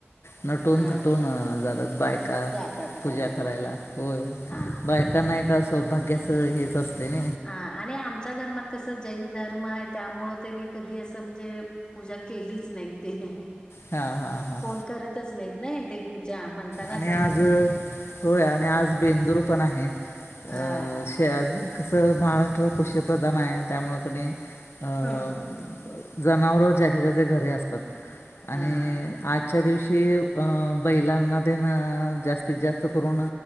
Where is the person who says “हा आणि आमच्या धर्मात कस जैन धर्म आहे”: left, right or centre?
Left